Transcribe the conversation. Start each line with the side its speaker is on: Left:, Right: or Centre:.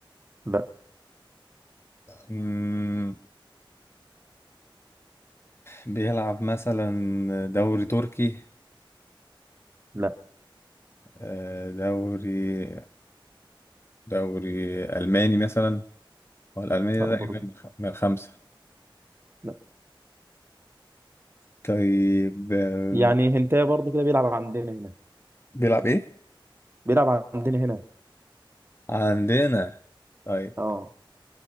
Right: لا
Left: مم، بيلعب مثلا دوري تركي
Right: لا
Left: آه دوري دوري ألماني مثلا هو الألماني ده
Right: لا برضه
Left: تقريبا من الخ- من الخمسة
Right: لا
Left: طيب آه،
Right: يعني هنتايه برضه كده بيلعب عندنا هنا
Left: بيلعب ايه؟
Right: بيلعب عندنا هنا
Left: عندنا طيب
Right: اه